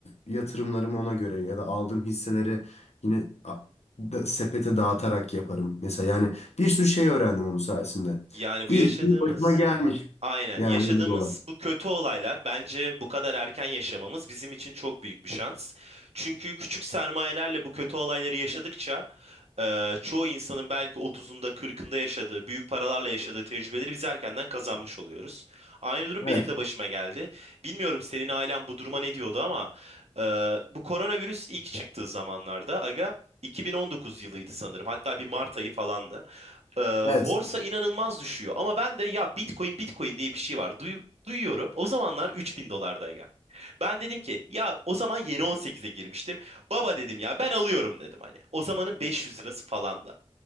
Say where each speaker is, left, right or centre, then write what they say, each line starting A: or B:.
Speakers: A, on the left; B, on the right.
A: yatırımlarımı ona göre ya da aldığım hisseleri yine a- da- sepete dağıtarak yaparım. Mesela yani bir sürü şey öğrendim onun sayesinde.
B: Yani bu
A: İyi
B: yaşadığımız
A: ki başıma gelmiş.
B: Aynen.
A: Yani
B: Yaşadığımız
A: öyle bir olay.
B: bu kötü olaylar bence bu kadar erken yaşamamız bizim için çok büyük bir şans. Çünkü küçük sermayelerle bu kötü olayları yaşadıkça e, çoğu insanın belki otuzunda kırkında yaşadığı, büyük paralarla yaşadığı tecrübeleri biz erkenden kazanmış oluyoruz. Aynı durum
A: Evet.
B: benim de başıma geldi. Bilmiyorum senin ailen bu duruma ne diyordu ama e, bu koronavirüs ilk çıktığı zamanlarda aga 2019 yılıydı sanırım. Hatta bir Mart ayı falandı. Ee,
A: Evet.
B: borsa inanılmaz düşüyor. Ama ben de ya Bitcoin Bitcoin diye bir şey var. Duyu- duyuyorum. O zamanlar 3000 dolardayken. Ben dedim ki ya o zaman yeni 18'e girmiştim. Baba dedim ya ben alıyorum dedim hani. O zamanın 500 lirası falandı.